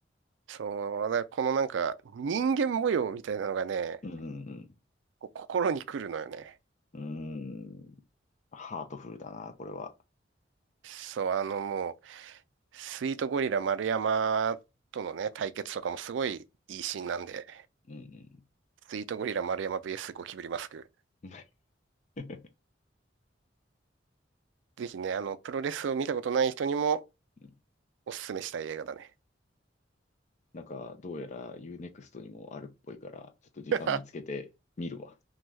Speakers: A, on the right; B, on the left.
A: そう、なこのなんか、人間模様みたいなのがね、
B: うん、うん、
A: こう心に来るのよね。
B: うん。ハートフルだな、これは。
A: そう、あの、もう、スイートゴリラ丸山とのね、対決とかもすごいいいシーンなんで、
B: うん、
A: スイートゴリラ丸山 VS ゴキブリマスク。
B: うん。<laughs>
A: ぜひね、あの、プロレスを見たことない人にも
B: うん
A: おすすめしたい映画だね。
B: なんか、どうやら Unext にもあるっぽいから、ちょっと時間見つけて見るわ。
A: <laughs>